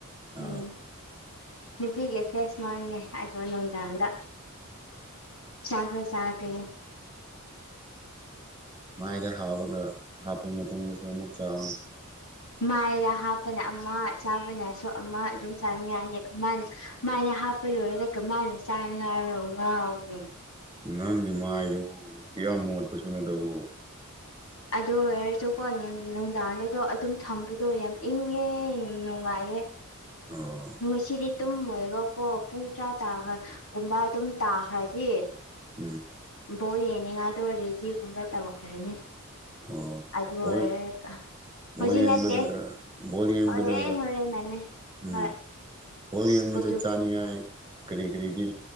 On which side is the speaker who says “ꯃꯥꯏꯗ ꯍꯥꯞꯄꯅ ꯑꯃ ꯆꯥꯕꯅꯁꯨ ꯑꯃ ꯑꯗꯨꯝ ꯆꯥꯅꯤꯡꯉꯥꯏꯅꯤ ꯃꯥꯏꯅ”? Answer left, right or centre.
Left